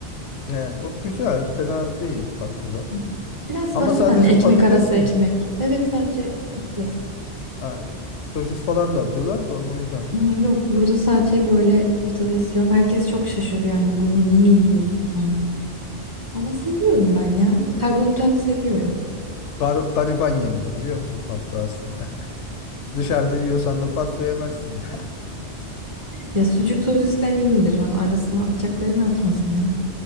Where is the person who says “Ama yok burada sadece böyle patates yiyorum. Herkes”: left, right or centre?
Right